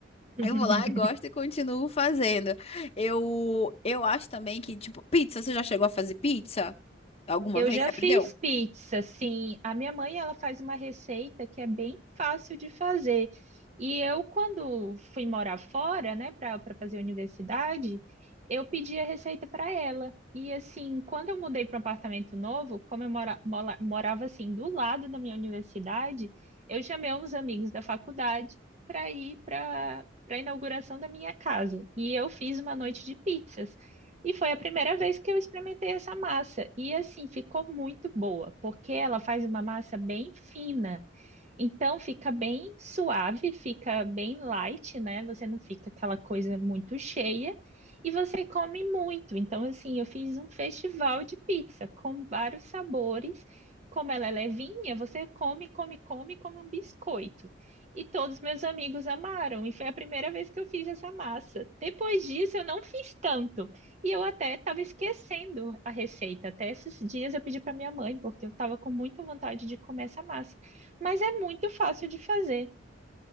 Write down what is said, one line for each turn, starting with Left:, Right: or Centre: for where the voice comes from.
Right: <laughs>
Left: Eu vou lá, gosto e continuo fazendo. Eu eu acho também que, tipo, pizza, você já chegou a fazer pizza? Alguma
Right: Eu
Left: vez?
Right: já
Left: Você
Right: fiz
Left: aprendeu?
Right: pizza, sim. A minha mãe, ela faz uma receita que é bem fácil de fazer. E eu, quando fui morar fora, né, para para fazer universidade, eu pedi a receita para ela. E assim, quando eu mudei para um apartamento novo, como eu mora, mola- morava assim do lado da minha universidade, eu chamei uns amigos da faculdade para ir para para a inauguração da minha casa. E eu fiz uma noite de pizzas. E foi a primeira vez que eu experimentei essa massa. E assim, ficou muito boa, porque ela faz uma massa bem fina. Então fica bem suave, fica bem light, né? Você não fica aquela coisa muito cheia e você come muito. Então, assim, eu fiz um festival de pizza com vários sabores. Como ela é levinha, você come, come, come, come um biscoito. E todos meus amigos amaram, e foi a primeira vez que eu fiz essa massa. Depois disso, eu não fiz tanto. E eu até estava esquecendo a receita. Até esses dias eu pedi para minha mãe, porque eu estava com muita vontade de comer essa massa. Mas é muito fácil de fazer.